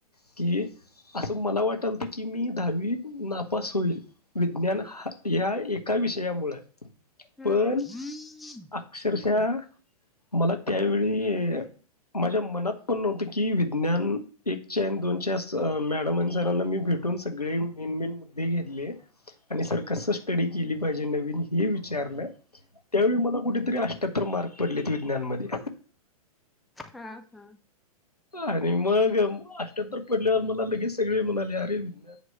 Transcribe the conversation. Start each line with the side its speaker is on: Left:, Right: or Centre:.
Left: की असं मला वाटलत की मी दहावी नापास होईल विज्ञान हा ह्या एका विषया मुळ
Centre: हम्म
Left: पण
Centre: हम्म
Left: अक्षरशः मला त्यावेळी माझ्या मनात पण नव्हतं की विज्ञान एकच्या आणि दोन मॅडम आणि सरांना मी भेटून सगळे मेन मेन मुद्दे घेतले आणि सर कस टडी केली पाहिजे नवीन हे विचारलं. त्यावेळी मला कुठेतरी आ ठ्यातर मार्क पडले होते. विज्ञान मध्ये.
Centre: हा हा
Left: आणि मग अठ्यातर पडल्यावर मला लगेच सगळे म्हणाले अरे विज्ञान